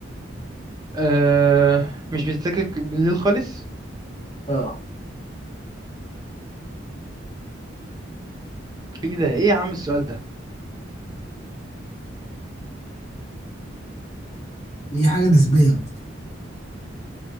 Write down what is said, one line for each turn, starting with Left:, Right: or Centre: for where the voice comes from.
Right: آه مش بتذاكر بالليل خالص
Left: اه
Right: ايه ده ايه يا عم السؤال ده
Left: هي حاجة نسبية برضه